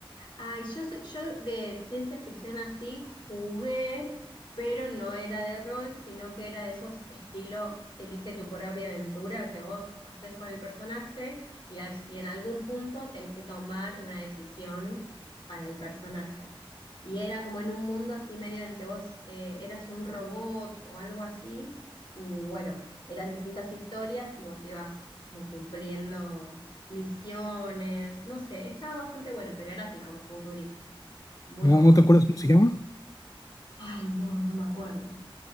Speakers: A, on the left (about 60°); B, on the left (about 40°).
A: Ay, yo, sé- yo de ciencia ficción así jugué, pero no era de rol, sino que era de esos estilo elige tu propia aventura que vos haces con el personaje y, al- y en algún punto tenés que tomar una decisión para el personaje. Y era como en un mundo así medio en que vos eh, eras un robot o algo así, y bueno, eran distintas historias y vos ibas como cumpliendo misiones, no sé, estaba bastante bueno, pero era así como futurista, muy
B: ¿No,
A: copado.
B: no te acuerdas cómo se llama?
A: Ay, no, no me acuerdo.